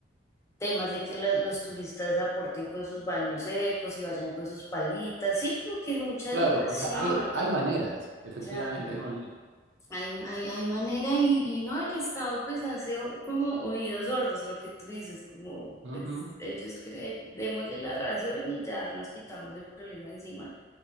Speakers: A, on the left; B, on the right.
A: temas de que la- los turistas aporten con sus baños secos y vayan con sus palitas, sí, como que mucha
B: claro,
A: educación,
B: o sea, hay, hay maneras, efectivamente,
A: claro.
B: hay maneras.
A: Hay, hay, hay manera y, y no el Estado pues hace o- como oídos sordos lo que tú dices, como
B: Ujú,
A: pues ellos creen, démosle la razón y ya nos quitamos el problema encima.